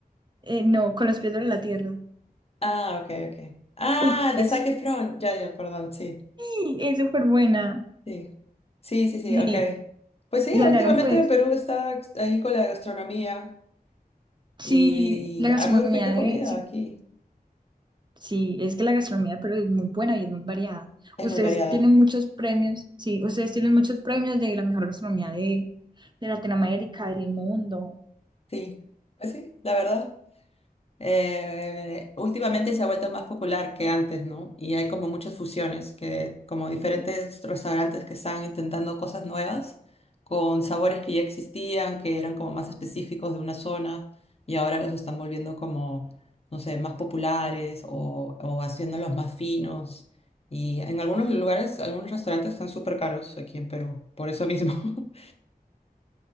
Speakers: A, on the right; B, on the left.
A: eh, no, con los pies sobre la tierra.
B: Ah, ok, ok. Ah,
A: Uf, es,
B: de Zac Efron. Ya, ya, perdón, sí.
A: sí, es súper buena.
B: Sí, sí, sí, sí,
A: Y,
B: ok. Pues sí,
A: y hablaron
B: últimamente
A: pues,
B: Perú está ahí con la gastronomía
A: sí,
B: y
A: la gastronomía
B: hay muy rica
A: de,
B: comida
A: sí,
B: aquí.
A: Sí, es que la gastronomía pero es muy buena y es muy variada.
B: Es
A: Ustedes
B: muy variada.
A: tienen muchos premios, sí, ustedes tienen muchos premios de la mejor gastronomía de, de Latinoamérica, del mundo.
B: Sí, pues sí, la verdad. Eh, últimamente se ha vuelto más popular que antes, ¿no? Y hay como muchas fusiones, que, como diferentes restaurantes que están intentando cosas nuevas con sabores que ya existían, que eran como más específicos de una zona y ahora los están volviendo como, no sé, más populares o, o haciéndolos más finos. Y en algunos lugares, algunos restaurantes están súper caros aquí en Perú, por eso mismo. <laughs>